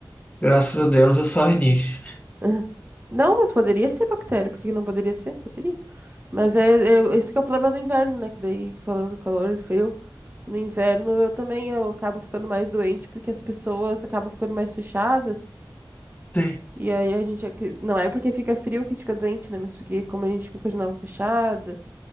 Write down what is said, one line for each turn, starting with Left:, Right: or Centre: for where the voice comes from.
Left: graças a Deus é só rinite.
Right: <laughs> Não, mas poderia ser bactéria. Por que que não poderia ser? Poderia. Mas é, é- esse que é o problema do inverno, né? Que daí, falando do calor frio, no inverno eu também eu acabo ficando mais doente porque as pessoas acabam ficando mais fechadas.
Left: Sim,
Right: E aí a gente... é que- Não é porque fica frio que a gente fica doente, né? Mas porque como a gente fica com a janela fechada,